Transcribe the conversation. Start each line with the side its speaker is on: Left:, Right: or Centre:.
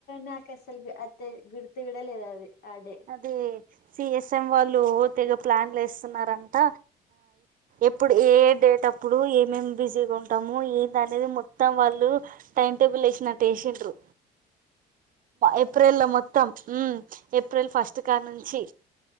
Left: నాకు అసలు అది గుర్తు కూడా లేదు అది ఆ డే
Right: అదే సిఎస్ వాళ్ళు తెగ ప్లాన్లు వేస్తున్నారంట ఎప్పుడు ఏ డేట్ అప్పుడు ఏమేం బిజీగా ఉంటాము ఏంటి అనేది మొత్తం వాళ్ళు టైం టేబుల్ వేసినట్టు వేసిండ్రు ఏప్రిల్ లో మొత్తం ఏప్రిల్ ఫస్ట్ కా నుంచి